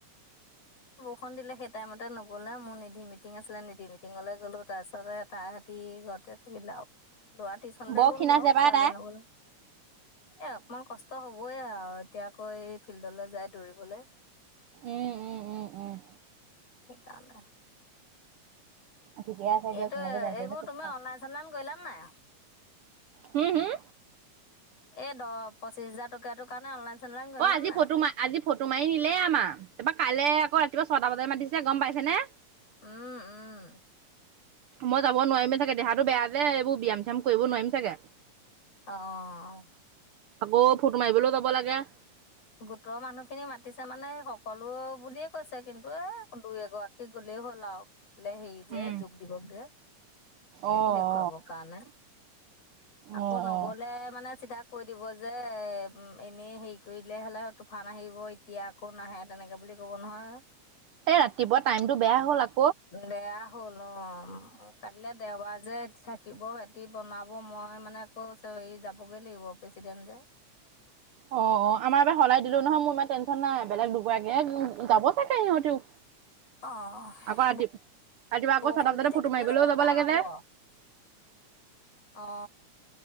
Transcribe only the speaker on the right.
বৰ
খীণাইছে
পাই তাই।
উম উম উম উম।
ঠিকে আছে দিয়ক
তেনেকে যেনে
তেনে
হুম হুম
অ', আজি
ফ'টো মাৰ আজি ফটো মাৰি নিলে আমাৰ। তাৰপৰা কাইলে আকৌ কিবা ছটা বজাত মাতিছে গম পাইছে নে?
মই যাব নোৱাৰিমে চাগে, দেহাতো বেয়া যে। এইবোৰ ব্যায়াম-চ্যাম কৰিব নোৱাৰিম চাগে।
আকৌ ফুট মাৰিবলৈও যাব লাগে।
উম
অ
অ
অ অ
অ
এ, ৰাতিপুৱা টাইমতটো বেয়া হ'ল আ
অ', অ', আমাৰ এবাৰ সলাই দিলো নহয়। মোৰ ইমান টেনশ্যন নাই। বেলেগ দুগৰাকীয়ে যাব চাগে সিহঁতিও।
আকৌ ৰাতি ৰাতিপুৱা আকৌ
ছটা বজাতে
ফটো মাৰিবলৈও
যাব
লাগে
যে